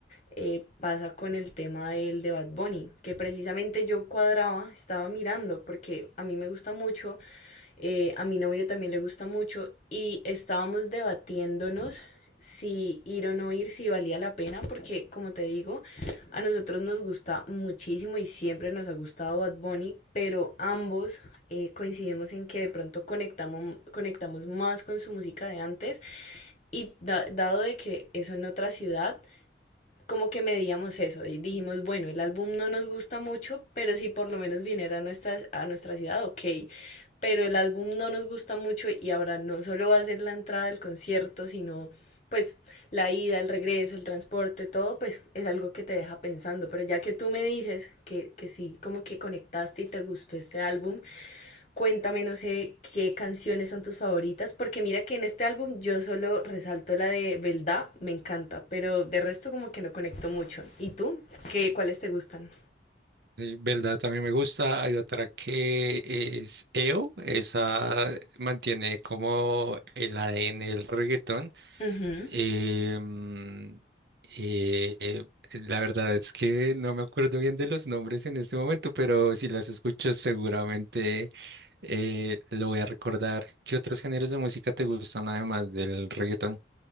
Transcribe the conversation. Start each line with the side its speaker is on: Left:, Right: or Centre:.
Left: eh, pasa con el tema del de Bad Bunny, que precisamente yo cuadraba, estaba mirando, porque a mí me gusta mucho eh, a mi novio también le gusta mucho y estábamos debatiéndonos si ir o no ir, si valía la pena, porque como te digo, a nosotros nos gusta muchísimo y siempre nos ha gustado Bad Bunny, pero ambos eh, coincidimos en que de pronto conectamos, conectamos más con su música de antes y da- dado de que eso en otra ciudad, como que medíamos eso y dijimos, bueno, el álbum no nos gusta mucho, pero si por lo menos viniera a nuestra, a nuestra ciudad, ok. Pero el álbum no nos gusta mucho y ahora no solo va a ser la entrada al concierto, sino pues la ida, el regreso, el transporte, todo, pues es algo que te deja pensando. Pero ya que tú me dices que, que sí, como que conectaste y te gustó este álbum, Cuéntame, no sé qué canciones son tus favoritas, porque mira que en este álbum yo solo resalto la de Belda, me encanta, pero de resto como que no conecto mucho. ¿Y tú? ¿Qué, cuáles te gustan?
Right: Sí, verdad, también me gusta. Hay otra que es EO, esa mantiene como el ADN del reggaetón.
Left: Ujú.
Right: Em, eh, la verdad es que no me acuerdo bien de los nombres en este momento, pero si las escuchas seguramente eh, lo voy a recordar. ¿Qué otros géneros de música te gustan además del reggaetón?